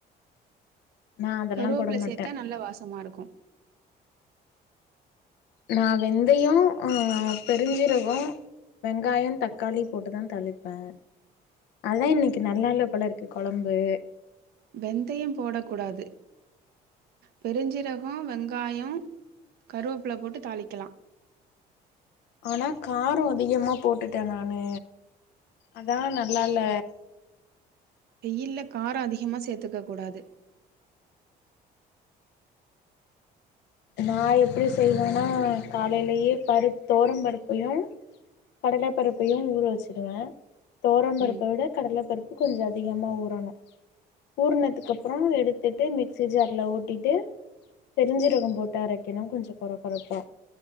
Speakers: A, on the left; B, on the right.
A: நா அதெல்லா
B: கருவேப்புல
A: போட மாட்டே
B: சேர்த்தா நல்ல வாசமா இருக்கும்
A: நான் வெந்தயம் ஆஹ் பெருஞ்சீரகம் வெங்காயம் தக்காளி போட்டுதான் தளிப்பேன் அதான் இன்னைக்கு நல்லால்ல போல இருக்கு குழம்பு
B: வெந்தயம் போடக் கூடாது பெருஞ்சிரகம் வெங்காயம் கருவேப்புல போட்டு தாளிக்கலாம்
A: ஆனா காரம் அதிகமா போட்டுட்டேன் நானு அதான் நல்லா இல்ல
B: வெயில்ல காரோ அதிகமா சேர்த்துக்க கூடாது
A: நான் எப்படி செய்வேன்னா காலையிலேயே பருப்பு தோரம் பருப்பையும் கடலைப்பருப்பையும் ஊற வச்சுருவேன் தோரம் பருப்ப
B: ம்
A: விட கடல பருப்பு இன்னோ கொஞ்சோ அதிகமா ஊறணோ ஊறுனதுக்கப்புறோ எடுத்துட்டு மிக்சி ஜாரில் ஓட்டிட்டு பெருஞ்சீரகம் போட்டு விட்டு அரைக்கணும் கொஞ்சம் கொற கொறப்பா